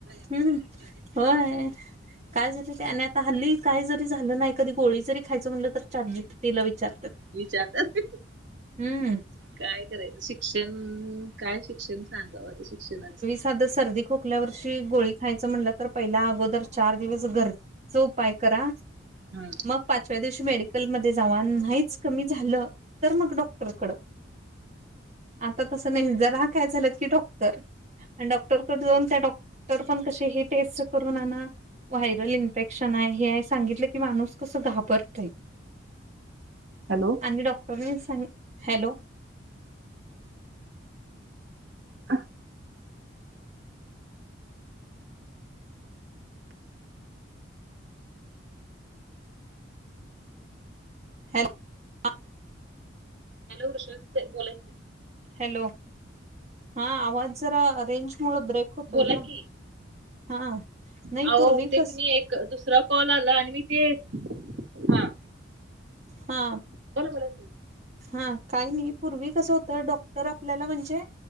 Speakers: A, on the right; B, on the right.
A: हम्म होय काय झालं ते आणा हल्ली काय जरी झालं नाही कधी गोळी जरी खायचं म्हटलं तर- चाट जीपीटीला विचारतात.
B: विचारतात
A: हम्म
B: काय करायचं शिक्षण काय शिक्षण सांगाव ते शिक्षणाच
A: साध सर्दी खोकल्या वर्षी गोळी खायचं म्हणलं तर पहिला अगोदर चार दिवस गर- स उपाय करा.
B: हम्
A: मग पाचव्या दिवशी मेडिकलमध्ये जावा नाहीच कमी झालं तर मग डॉक्टरकडं आता तसं नाही जरा काय झालं की डॉक्- आणि डॉक्टरकडे जाऊन त्या डॉक्टर पण क ह टेस्ट करून आणा व्हायरल इन्फेक्शन आहे हे आहे सांगितलं की माणूस कसं घाबरतय.
B: हॅलो
A: आणि डॉक्टरांनी सांग हॅलो
B: हा
A: हॅलो आ-
B: हॅलो वशला तई बोला- की
A: हॅलो हा आवाज जरा रेंज मुळ ब्रेक- होतोय
B: बोला
A: ग
B: की
A: हा नाही
B: अहो
A: पूर्वीकस-
B: ते कणी एक दुसरा कॉल आला आणि मी ते हा-
A: हा
B: बोला बोला ताई.
A: हा काही नाही पूर्वी कसं होतं डॉक्टर आपल्याला म्हणजे